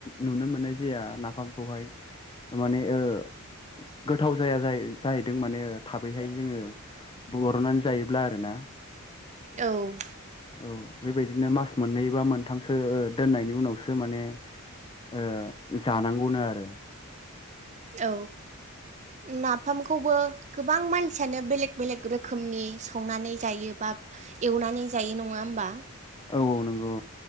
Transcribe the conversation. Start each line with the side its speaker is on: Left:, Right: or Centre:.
Left: नुनो मोननाय जाया नाफामखौहाय माने ओ गोथाव जाया जायो जायैदों माने थाबैहाय जोङो बलरनानै जायोब्ला आरो ना
Right: औ
Left: औ बेबायदिनो मास मोननै बा मोनथामसो ओ दोननायनि उनावसो माने ओ जानांगौनो आरो
Right: औ नाफामखौबो गोबां मानसियानो बेलेक बेलेग रोखोमनि संनानै जायो बा एवनानै जायो नङा होमबा
Left: औ औ नंगौ